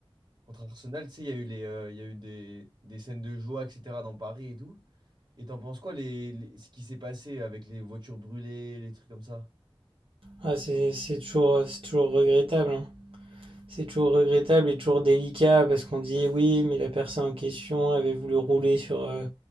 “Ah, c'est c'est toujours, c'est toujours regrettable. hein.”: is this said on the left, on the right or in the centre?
Right